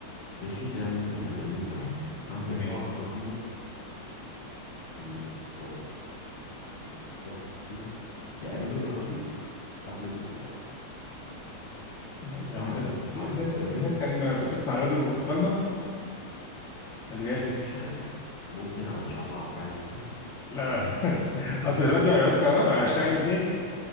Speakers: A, on the left; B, on the left.
A: ماشي ده ممكن نخليه واحد عندك
B: تمام
A: بقى الراديو والمصباح المصباح والراديو تقريبا الراديو قبل المصباح
B: لا
A: يبقى
B: يعني الناس
A: عندك محرك
B: الناس
A: بخاري
B: الناس كان بتسمع الراديو في الضلمه خلي بالك
A: مش عارف ممكن على شمعة أو حاجة مثلا
B: لا <laughs>
A: <laughs>
B: اصل الراديو هيعوز كهرباء هيشتغل ازاي